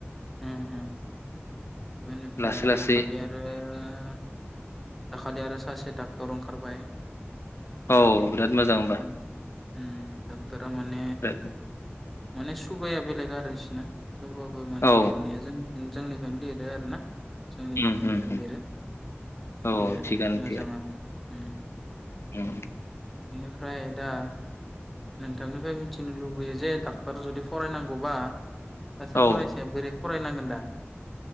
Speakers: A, in the centre; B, on the left.
A: उम उम। बेनिफ्राय
B: लासै लासै
A: दाखालि आरो दाखालि आरो सासे डाक्टर ओंखारबाय।
B: औ बिराद मोजां होनबा
A: उम
B: ।
A: उम डाक्टारआ माने
B: <unintelligible>
A: माने सुबाया बेलेग आरोसना । थेवबाबो माने
B: औ
A: लिरनाया जों जोंनिखायनो दे आरोना। जोंनि
B: उम
A: खामिनिखौनो
B: उम उम
A: लिरो
B: औ
A: बिदि आरो
B: थिगानो
A: मोजाङानो।
B: थिगानो
A: उम।
B: उम।
A: बेनिफ्राय दा नोंथांनिफ्राय मिथिनो लुबैयो। लुबैयो जे डाक्टर जुदि फरायनांगौबा आ
B: औ
A: फरायायस बोरै फरायनांगोन दा